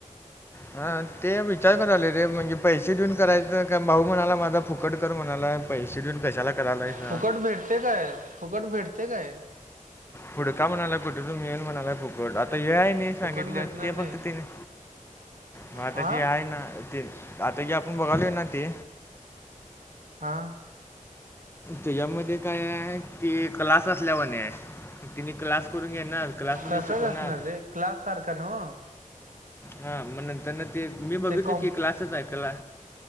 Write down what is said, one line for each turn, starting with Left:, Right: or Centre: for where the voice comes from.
Left: हा ते विचार क आले े म्हणजे पैसे देऊन करायचं का भाऊ म्हणाला माझा फुकट कर म्हणाला पैसे देऊन कशाला करायला सा
Right: फुकट भेटते काय फुकट भेटते काय
Left: फुडका म्हणाय कुठे तु मील म्हणाय फुक हेय नाही सांगितले
Right: फुकट भेटणार
Left: ते
Right: नाही
Left: फक्त तने मग आता
Right: हा
Left: ती आहे ना ते आता की आपण बघालो आहे ना ते
Right: हा
Left: त्याच्यामध्ये काय आहे कि क्लास असल्यावरने आहे तिने क्ला करून घेणार क्लासमध्ये
Right: तसच
Left: शिकवणार
Right: असणार रे क्लास सारखा नाव
Left: हा मग नंत ना ते मी बघितल
Right: ते कॉम्प
Left: की क्लासच आहे कला